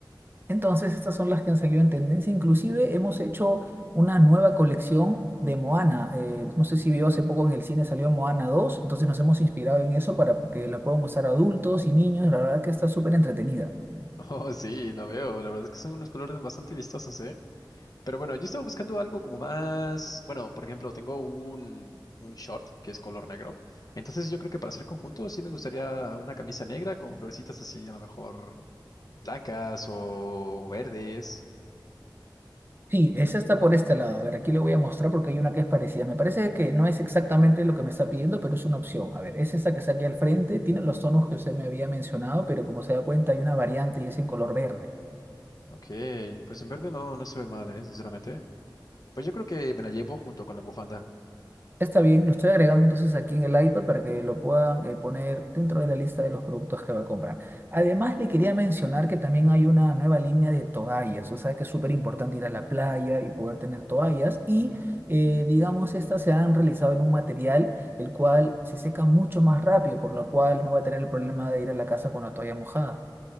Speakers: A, on the right; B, on the left.
A: Entonces, estas son las que han salido en tendencia. Inclusive hemos hecho una nueva colección de Moana. Eh, no sé si vio hace poco en el cine salió Moana dos. entonces nos hemos inspirado en eso para que la puedan usar adultos y niños. La verdad que está súper entretenida.
B: Oh, sí, la veo. La verdad es que son unos colores bastante vistosos, ¿eh? Pero bueno, yo estaba buscando algo como más. Bueno, por ejemplo, tengo un, un short que es color negro. Entonces, yo creo que para hacer conjunto sí me gustaría una camisa negra con florecitas así, a lo mejor blancas o, o verdes.
A: Sí, esa está por este lado. A ver, aquí le voy a mostrar porque hay una que es parecida. Me parece que no es exactamente lo que me está pidiendo, pero es una opción. A ver, es esta que está aquí al frente. Tiene los tonos que usted me había mencionado, pero como se da cuenta hay una variante y es en color verde.
B: Ok, pues en verde no, no se ve mal, ¿eh? Sinceramente. Pues yo creo que me la llevo junto con la bufanda.
A: Está bien, lo estoy agregando entonces aquí en el iPad para que lo puedan eh, poner dentro de la lista de los productos que va a comprar. Además, le quería mencionar que también hay una nueva línea de toallas, o sea que es súper importante ir a la playa y poder tener toallas y eh, digamos, estas se han realizado en un material el cual se seca mucho más rápido, por lo cual no va a tener el problema de ir a la casa con la toalla mojada.